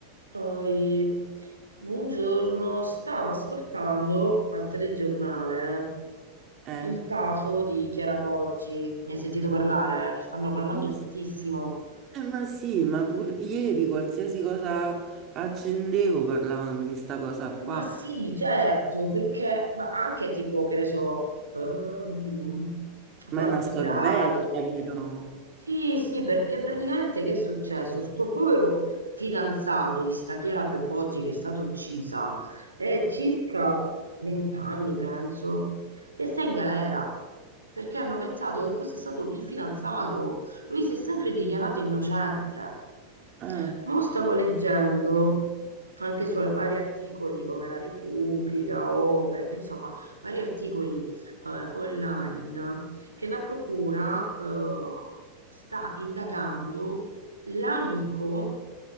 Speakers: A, on the right; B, on the right.
A: Poi, buongiorno, stavo ascoltando al telegiornale
B: Eh.
A: eh, il caso di Chiara Poggi. Ne hai sentito parlare? Ne stanno parlando
B: Ma,
A: tantissimo.
B: s- eh, ma sì, ma pur ieri qualsiasi cosa accendevo parlavano di sta cosa qua,
A: Ma sì, certo, perché ma anche tipo, che ne so, ehm, quarto
B: ma è una storia
A: grado,
B: vecchia, però.
A: Sì, sì, perché praticamente che è successo? Sto povero fidanzato di sta Chiara Piopoggi che è stata uccisa, è circa 20 anni, penso, che sta in galera, perché hanno pensato che fosse stato il fidanzato. Lui si è sempre dichiarato innocente.
B: Eh,
A: Mo' stavo leggendo anche su vari articoli come La Repubblica, Open, insomma, vari articoli eh, online che la procura eh, sta indagando l'amico